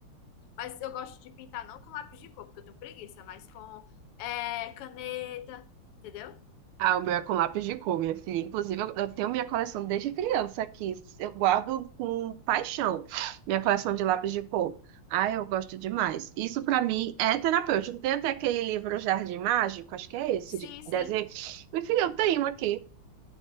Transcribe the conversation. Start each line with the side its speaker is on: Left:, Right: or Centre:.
Left: Mas eu gosto de pintar não com lápis de cor, porque eu tenho preguiça, mas com é, caneta, entendeu?
Right: Ah, o meu é com lápis de cor, minha filha. Inclusive, eu, eu tenho minha coleção desde criança aqui. Eu guardo com paixão minha coleção de lápis de cor. Ah, eu gosto demais. Isso pra mim é terapêutico. Tem até aquele livro Jardim Mágico, acho que é esse,
Left: Sim,
Right: de
Left: sim.
Right: desenho. Minha filha, eu tenho aqui.